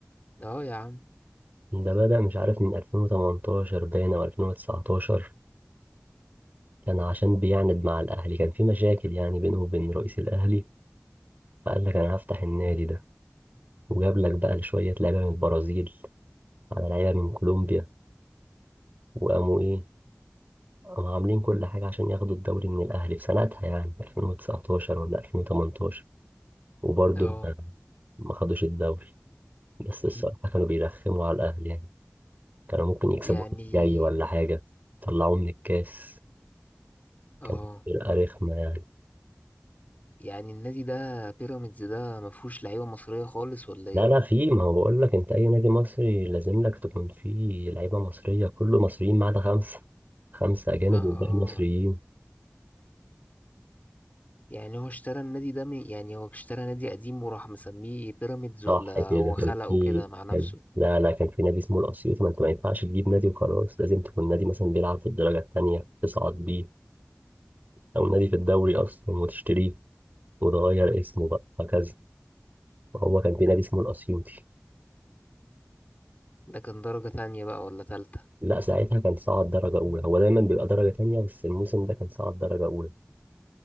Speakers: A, on the left (about 35°); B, on the right (about 45°).
A: اه يا عم
B: ده بدأ مش عارف من 2018 باين أو 2019 كان عشان بيعند مع الأهلي كان في مشاكل يعني بينه وبين رئيس الأهلي فقال لك انا هفتح النادي ده وجاب لك بقى شويه لعيبه من البرازيل على لعيبه من كولومبيا وقاموا ايه قاموا عاملين كل حاجه عشان ياخدوا الدوري من الاهلي في سنتها يعني 2019 ولا 2018 وبرضه
A: اه
B: ما ما خدوش الدوري بس الصراحه
A: <laughs>
B: كانوا بيرخموا على الاهلي يعني كانوا ممكن يكسبوا
A: يعني
B: الجاي ولا حاجه طلعوه من الكاس كانت
A: اه
B: فرقه رخمه يعني
A: يعني النادي ده بيراميدز ده مفهوش لعيبة مصرية خالص ولا ايه؟
B: لا لا في ما هو بقول لك انت اي نادي مصري لازم لك تكون فيه لعيبه مصريه كله مصريين ما عدا خمسه خمسه اجانب
A: اه
B: والباقي مصريين
A: يعني هو اشترى النادي ده من يعني هو اشترى نادي قديم وراح مسميه بيراميدز
B: صح
A: ولا
B: كده
A: هو
B: كان
A: خلقه
B: في
A: كده مع نفسه
B: كان لا لا كان في نادي اسمه الاسيوط ما انت ما ينفعش تجيب نادي وخلاص لازم تكون نادي مثلا بيلعب في الدرجه الثانيه تصعد بيه او نادي في الدوري اصلا وتشتريه وتغير اسمه بقى هكذا هو كان في نادي اسمه الاسيوطي
A: ده كان درجة تانية بقى ولا تالتة
B: لا ساعتها كان صعد درجة أولى هو دايما بيبقى درجة تانية بس الموسم ده كان صعد درجة أولى